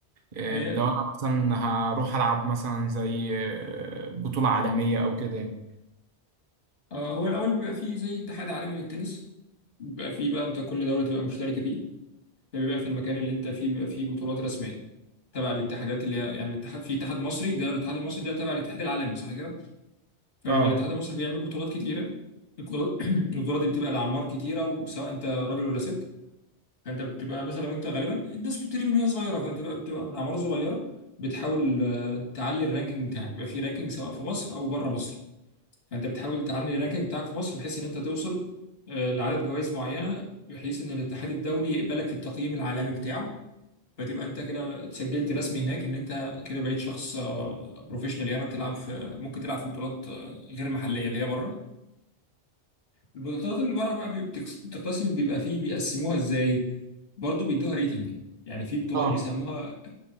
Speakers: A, on the right; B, on the left.
A: آه،
B: هي
A: لو انا مثلا هروح العب مثلا زي آه، بطولة عالمية او كده يعني
B: آه، هو الاول بيبقى فيه زي اتحاد عالمي للتنس بيبقى فيه بقى انت كل دوله تبقى مشتركه فيه فبيبقى في المكان اللي انت فيه بيبقى فيه بطولات رسميه تبع الاتحادات اللي هي يعني الاتحاد في اتحاد مصري ده الاتحاد المصري ده تبع الاتحاد العالمي صح كده فبيبقى
A: اه
B: الاتحاد المصري بيعمل بطولات كتيره البطولات <clears throat> البطولات دي بتبقى لأعمار كتيره وسواء انت راجل ولا ست فانت بتبقى مثلا وانت غالبا الناس بتبتدي من وهي صغيره فانت بتبقى بتبقى من اعمار صغيره بتحاول آه، تعلي الرانكينج بتاعك بيبقى في رانكينج سواء في مصر او بره مصر فانت بتحاول تعلي الرانكينج بتاعك في مصر بحيث ان انت توصل آه، لعدد جوائز معينه بحيث ان الاتحاد الدولي يقبلك في التقييم العالمي بتاعه فتبقى انت كده اتسجلت رسمي هناك ان انت كده بقيت شخص بروفيشنال يعني بتلعب في ممكن تلعب في بطولات آه، غير محليه اللي هي بره البطولات اللي بره بقى بي- بتكس- بتقتسم بيبقى فيه بيقسموها ازاي برضه بيدوها ريتنج يعني في بطولات
A: اه
B: بيسموها